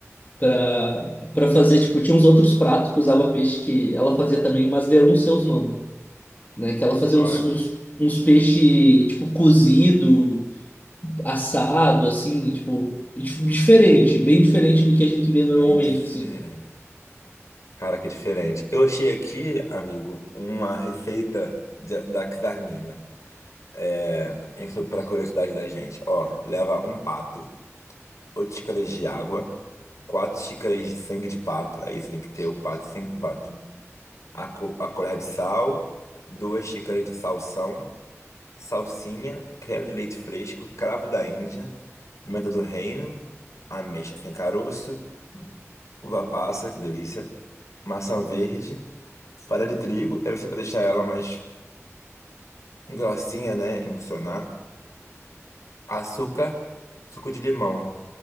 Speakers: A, on the left; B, on the left.
A: Para para fazer, tipo, tinha uns outros pratos que usava peixe que ela fazia também, mas deu uns seus nomes, né? Que ela fazia
B: Ó,
A: uns, uns, uns peixe, tipo, cozido, assado, assim, tipo, dif- diferente, bem diferente do que a gente vê normalmente,
B: bem diferente.
A: assim.
B: Cara, que diferente. Eu achei aqui, amigo, uma receita de- da Czarnina. É, para curiosidade da gente. Ó, leva um pato, 8 xícaras de água, 4 xícaras de sangue de pato. É isso, tem que ter o pato, sangue do pato. Uhum. A, co- a colher de sal, duas xícaras de salsão, salsinha, creme de leite fresco, cravo da Índia, pimenta do reino, ameixa sem caroço, uva passa, que delícia. maçã verde, farinha de trigo, deve ser para deixar ela mais grossinha, né? Emulsionar. Açúcar, suco de limão.